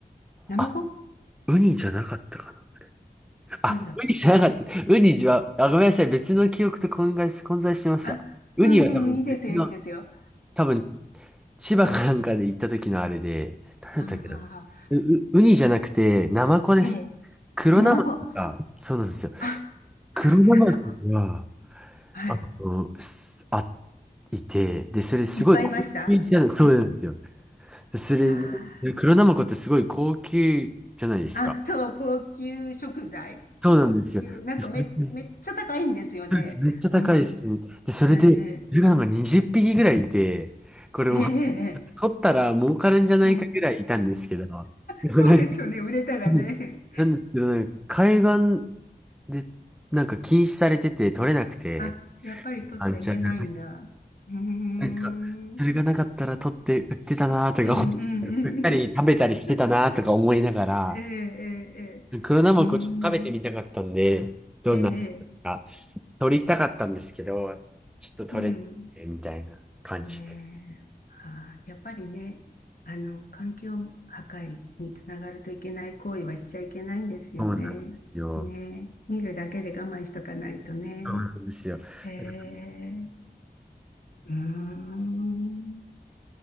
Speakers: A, on the left; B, in the centre.
A: ナマコ
B: あウニじゃなかったかな。あ、
A: なんだろう。
B: ウニじゃなかった。ウニは、あ、ごめんなさい。別の記憶と混在、混在してました。
A: あ、
B: ウニは多分別の、
A: うんうん、いいですよ、いいですよ。
B: 多分千葉かなんかで行った時のあれで、誰だったっけな。
A: はあ、はあはあ、
B: う、うウニじゃなくて、ナマコです。
A: ええ。
B: 黒ナマコが、
A: あ、ナマコ。
B: そうなんですよ。
A: あ、
B: 黒ナマコが、
A: 黒ナマコ。はい。
B: あの、すあ、いて、で、それすごい高級じゃ、
A: いっぱいいましたい、
B: そうなんですよ。でそれで、
A: あ
B: 黒ナマコってすごい高級じゃないですか。
A: ー、あ、そう、高級食材。高級、
B: そうなんですよ。
A: なんかめ、
B: でそれで
A: めっちゃ高いんですよね。
B: そうですめっちゃ高いですね。
A: うん。
B: で、それで、
A: ええ、
B: それがなんか20匹ぐらいいて、これも
A: ええ、ええ、
B: 取ったら儲かるんじゃないかぐらいいたんですけど、
A: うん。
B: でもなんか、
A: そうですよね、売れたらね。
B: ですなんですけど、なんか海岸でなんか禁止されてて取れなくて、
A: あ、やっぱり取っちゃいけないんだ。
B: あ、ちゃあダ
A: うーん。
B: なんか、それがなかったら取って売ってたなとか思っ
A: うんうんうん。
B: たり、
A: <laughs>
B: 食べたりしてたなとか思いながら、
A: ええええええうーん。
B: 黒ナマコちょっと食べてみたかったんで、どんなのか。
A: ええ
B: 取りたかったんですけど、ちょっと取れなくてみたいな感じで。
A: うん。ねえ。はあやっぱりね、あの、環境破壊につながるといけない行為はしちゃいけないんですよね。
B: そうなんですよ。
A: ねえ。見るだけで我慢しとかないとね。
B: そうなんですよ。
A: へえ。
B: なんか、
A: うーん。